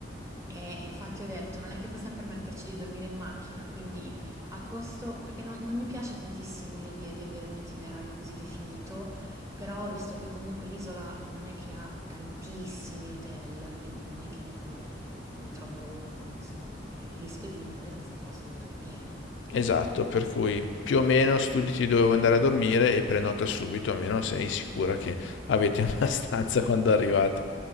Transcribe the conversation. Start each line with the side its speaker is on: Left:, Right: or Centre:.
Right: E, e infatti ho detto, non è che possiamo permetterci di dormire in macchina, quindi a costo, perché non, non mi piace tantissimo l'idea di avere un itinerario così definito, però ho visto che comunque l'isola non è che ha tantissimi hotel, quindi non è che dico, vabbè, ne troverò uno, se- rischio di rimanere senza un posto dove dormire.
Left: Esatto, per cui più o meno studiati dove vuoi andare a dormire e prenota subito, almeno sei sicura che avete <laughs> una stanza quando arrivate.